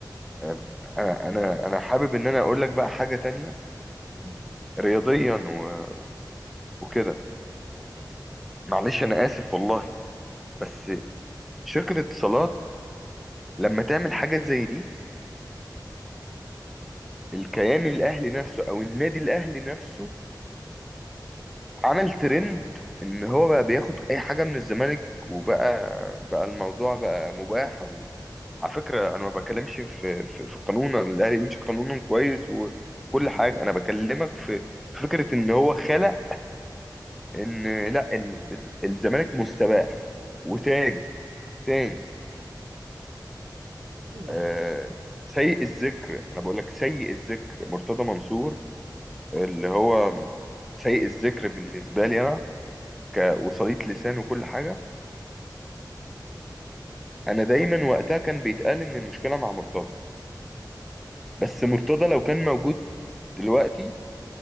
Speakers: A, in the centre; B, on the right.
A: آم، انا انا انا حابب ان انا اقول لك بقى حاجه تانيه
B: مم.
A: رياضيا و- وكده
B: مم.
A: معلش انا اسف والله بس شركة اتصالات لما تعمل حاجة زي دي الكيان الاهلي نفسه او النادي الاهلي نفسه عمل ترند ان هو بقى بياخد اي حاجة من الزمالك وبقى بقى الموضوع بقى مباح وعلى فكرة انا ما بكلمش في في, في قانون الاهلي بيمشي قانونا كويس وكل حاجة انا بكلمك في في فكرة ان هو خلق ان لا ال- الزمالك مستباح وتاني تاني
B: أيوة.
A: آه، سيء الذكر انا بقول لك سيء الذكر مرتضى منصور اللي هو سيء الذكر بالنسبه لي انا كوصلية لسان وكل حاجه انا دايما وقتها كان بيتقال ان المشكله مع مرتضى بس مرتضى لو كان موجود دلوقتي